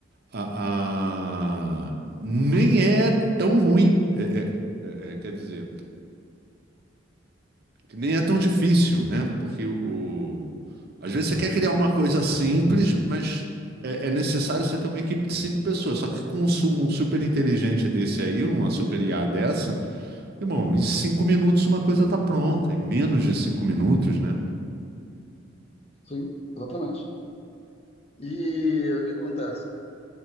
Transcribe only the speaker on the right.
a, a- nem é tão ruim. É, é, quer dizer, que nem é tão difícil, né? Porque o... às vezes você quer criar uma coisa simples, mas é, é necessário você ter uma equipe de cinco pessoas. Só que com um, su- um super inteligente desse aí, uma super IA dessa, irmão, em cinco minutos uma coisa tá pronta, em menos de cinco minutos, né?